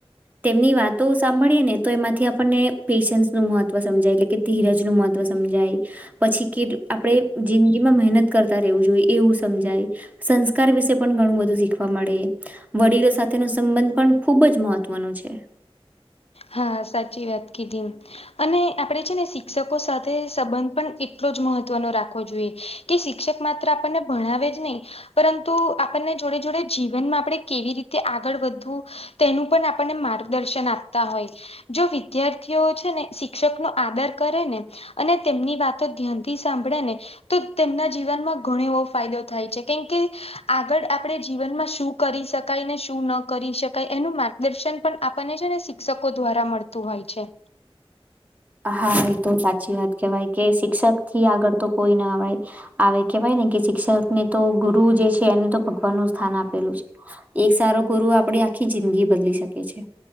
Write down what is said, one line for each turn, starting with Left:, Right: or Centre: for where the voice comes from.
Right: તેમની વાતો સાંભળીએ ને તો એમાંથી આપણને પેશન્સ નું મહત્વ સમજાય એટલે કે ધીરજ નું મહત્વ સમજાય. પછી કે આપણેે જિંદગીમાં મહેનત કરતા રહેવું જોઈએ એવું સમજાય. સંસ્કાર વિશે પણ ઘણું બધું શીખવા મળે. વડીલો સાથ થે નો સંબંધ પણ ખૂબ જ મહત્વનો છે.
Left: હા સાચી વાત કીધી. અને આપણેે છે ને શિક્ષકો સાથે સંબંધ પણ એટલો જ મહત્વનો રાખવો જોઈએ. કે શિક્ષક માત્ર આપણને ભણાવે જ નહી. પરંતુ આપણને જોડે જોડે જીવનમાં આપણે કેવી રીતે આગળ વધવું. તેનું પણ આપણને માર્ગદર્શન આપ તા હોય. જો વિદ્યાર્થીઓ છે ને શિક્ષક નો આદર કરે ને અને તેમની વાતો ધ્યાનથી સાંભળે ને તો તેમના જીવનમાં ઘણો એવો ફાયદો થાય છે. કેમ કે આગળ આપણે જીવનમાં શું કરી શકાય ને શું ન કરી શકાય એનું માટે દર્શન પણ આપણને છેને, શિક્ષકો દ્વારા મળતું હોય છે.
Right: હા એ તો સાચી વાત કેહેવાય કે શિક્ષક થી આગળ તો કોઈ ના અય આવે કેહેવાય ને કે શિક્ષક ને તો ગુરુ જે છે, એને તો ભગવાન નું સ્થાન આપેલું છે. એક સારો ગુરુ આપડે આ જિંદગી બદલી શકે છે